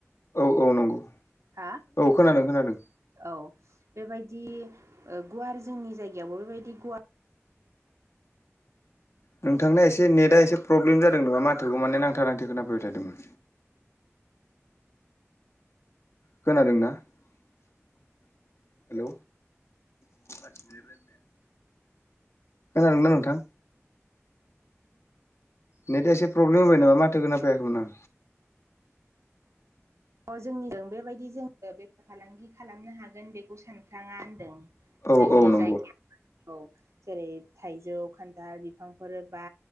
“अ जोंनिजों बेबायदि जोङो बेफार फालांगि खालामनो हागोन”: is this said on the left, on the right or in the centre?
Right